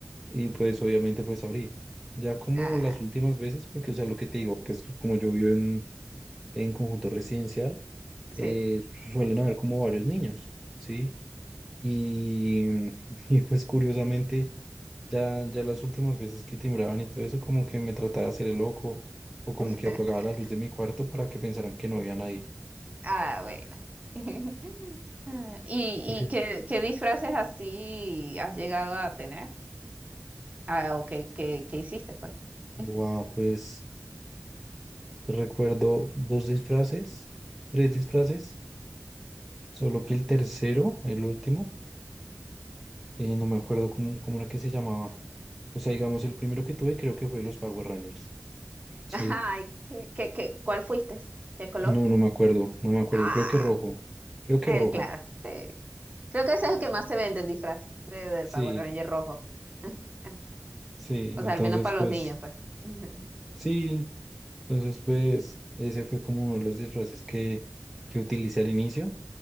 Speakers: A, in the centre; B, on the right.
A: y pues obviamente pues abrí. Ya como
B: Ah,
A: las últimas veces, porque o sea, lo que te digo, pues como yo vivo en, en conjunto residencial,
B: sí.
A: eh, suelen haber como varios niños, ¿sí? Y, <laughs> y pues curiosamente... Ya, ya las últimas veces que timbraban y todo eso, como que me trataba de hacer el loco o como
B: <laughs>
A: que apagaba la luz de mi cuarto para que pensaran que no había nadie.
B: Ah, bueno. <laughs> ¿Y,
A: ¿por qué?
B: y qué, qué disfraces así has llegado a tener? Ah, ok, ¿qué, qué hiciste, pues? <laughs>
A: Buah,
B: Ujú.
A: pues recuerdo dos disfraces, tres disfraces, solo que el tercero, el último, eh, no me acuerdo cómo, cómo era que se llamaba. O sea, digamos, el primero que tuve creo que fue los Power Rangers. Sí,
B: Ay, ¿qué, qué, qué? ¿Cuál fuiste? ¿Qué color?
A: no, no me acuerdo, no me acuerdo,
B: Ah,
A: creo que rojo, creo que
B: el
A: rojo.
B: clásico, sí. Creo que ese es el que más se vende, el disfraz de- del
A: Sí,
B: Power Ranger rojo. <laughs>
A: sí,
B: O
A: entonces
B: sea, al menos para
A: pues
B: los niños, pues. <laughs> Ujú.
A: sí, Entonces, pues, ese fue como uno de los disfraces que, que utilicé al inicio.